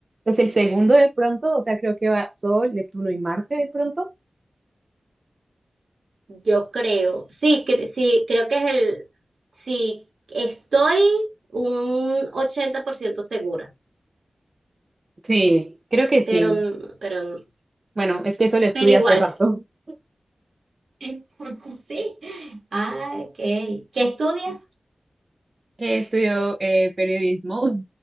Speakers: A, on the right; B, on the right.
A: es el segundo de pronto, o sea, creo que va Sol, Neptuno y Marte de pronto.
B: yo creo, sí, cre- sí, creo que es el, sí, estoy un 80% segura,
A: Sí, creo que sí.
B: pero, n- pero, n-
A: Bueno, es que eso lo estudié
B: pero igual,
A: hace rato. <laughs>
B: <laughs> sí. Ah, ok. ¿Qué estudias?
A: Eh, estudio eh, periodismo,